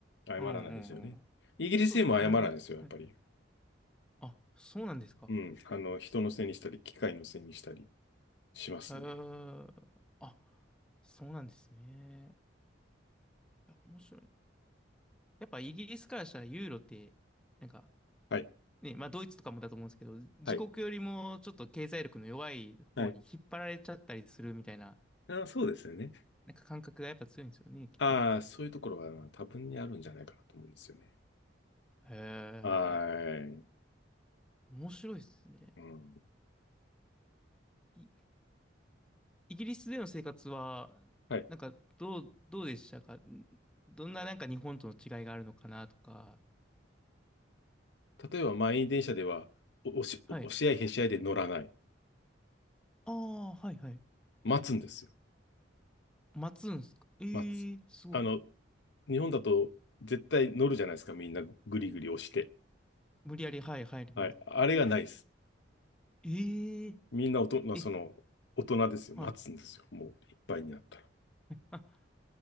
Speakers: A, on the left; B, in the centre.
A: 謝らないですよね。
B: うんうんうん。
A: イギリス人も謝らないですよ、
B: そうですね、謝って、はい。
A: やっぱり。
B: あ、そうなんですか。
A: うん。あの、人のせいにしたり、機械のせいにしたりしますね。
B: へえ。あ、そうなんですね。いや、面白いな。やっぱイギリスからしたらユーロって、なんか、
A: はい。
B: ね、まあドイツとかもだと思うんですけど、自国よりもちょっと経済力の弱い方に引っ張られちゃったりするみたいな、
A: はい。はい。あ、そうですよね。
B: なんか感覚がやっぱ強いんですよね、きっと。
A: ああ、そういうところは多分にあるんじゃないかなと思うんですよね。
B: へえ、
A: はーい。
B: 面白いですね。
A: うん。
B: いイギリスでの生活は、
A: はい。
B: なんかどう、どうでしたかんどんななんか日本との違いがあるのかなとか。
A: 例えば満員電車では、お押し、
B: はい。
A: 押し合いへし合いで乗らない。
B: ああ、はいはい。
A: 待つんですよ。
B: 待つんですかええすごい。
A: 待つ。あの、日本だと絶対乗るじゃないですか、みんなぐりぐり押して。
B: 無理やり、はい、入ります。
A: はい。あれがないです。
B: ええ
A: みんな大人、
B: え、
A: その、大人ですよ。
B: はい。
A: 待つんですよ。もういっぱいになったら。
B: あ、